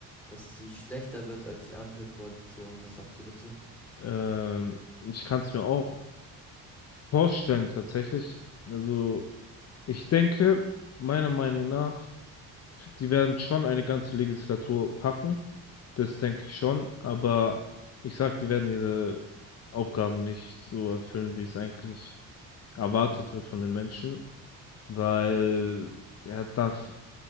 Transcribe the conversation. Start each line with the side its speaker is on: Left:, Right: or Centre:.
Centre: dass sie schlechter wird als die Ampelkoalition. Was sagst du dazu?
Left: Ähm, ich kann es mir auch vorstellen, tatsächlich. Also, ich denke, meiner Meinung nach, Die werden schon eine ganze Legislatur packen. Das denke ich schon. Aber ich sag, die werden ihre Aufgaben nicht so erfüllen, wie es eigentlich erwartet wird von den Menschen. Weil er darf,